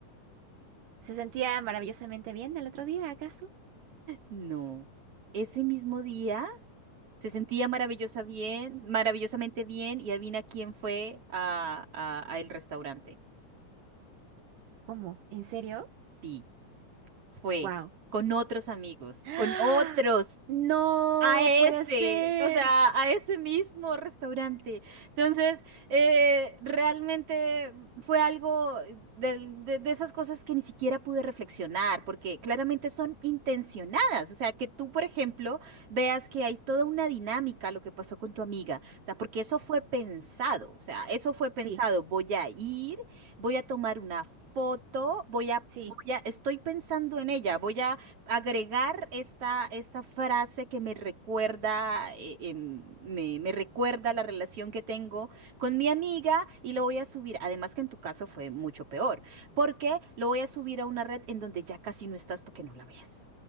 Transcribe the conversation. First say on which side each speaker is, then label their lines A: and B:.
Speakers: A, on the right (about 85°); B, on the right (about 50°).
A: ¿Se sentía maravillosamente bien del otro día, acaso?
B: no. Ese mismo día se sentía maravillosa bien, maravillosamente bien y adivina quién fue a, a, a el restaurante.
A: ¿Cómo? ¿En serio?
B: Sí, fue
A: Wow.
B: con otros amigos,
A: ¡Ah!
B: con otros
A: No
B: a ese,
A: puede ser.
B: o sea, a ese mismo restaurante. Entonces, eh, realmente fue algo del- de, de esas cosas que ni siquiera pude reflexionar, porque claramente son intencionadas. O sea, que tú, por ejemplo, veas que hay toda una dinámica a lo que pasó con tu amiga. O sea, porque eso fue pensado. O sea, eso fue pensado.
A: Sí,
B: Voy a ir, voy a tomar una foto, voy a,
A: sí,
B: voy a, estoy pensando en ella, voy a agregar esta, esta frase que me recuerda, eh, em, me, me recuerda la relación que tengo con mi amiga y lo voy a subir. Además que en tu caso fue mucho peor, porque lo voy a subir a una red en donde ya casi no estás para que no la veas.